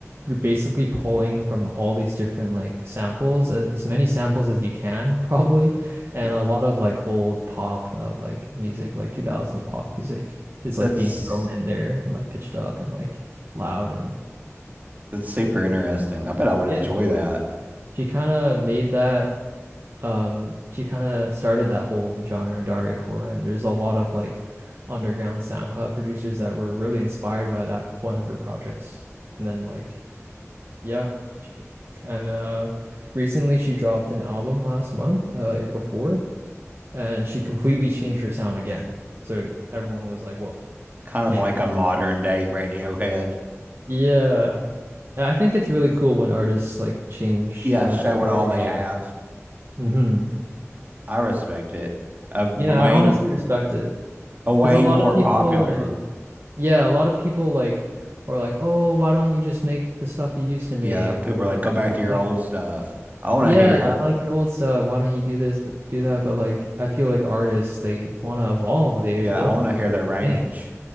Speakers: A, on the right; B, on the right.
A: you're basically pulling from all these different like samples, as, as many samples as you can <laughs> probably, and
B: It-
A: a lot of like old pop uh, like music, like 2000s pop music is like
B: that's
A: being thrown in there and like pitched up and like loud and
B: that's super
A: trappy.
B: interesting. I bet I would
A: Yeah.
B: enjoy that.
A: She kind of made that um she kind of started that whole genre Dargacore and there's a lot of like underground SoundCloud producers that were really inspired by that one of her projects and then like yeah she, and uh recently she dropped an album last month uh April 4th and she completely changed her sound again so everyone was like whoa <laughs>
B: Kind
A: yeah
B: of like a modern day Radiohead.
A: yeah I think it's really cool when artists like change
B: Yeah,
A: uh
B: show
A: every
B: what all
A: every
B: they
A: album
B: have.
A: hmm
B: I respect it. A way
A: yeah I honestly respect it
B: a way
A: Because a lot
B: more
A: of Uh, people,
B: popular.
A: uh, yeah, a lot of people like are like, oh, why don't you just make the stuff you used to make,
B: Yeah, people are like,
A: stuff
B: go
A: like
B: back
A: that.
B: to your
A: But, like,
B: old stuff. I want
A: yeah,
B: to hear
A: I like your old stuff. Why don't you do this, but do that? But like, I feel like artists, they want to evolve. They
B: Yeah,
A: don't
B: I want to hear their range.
A: think,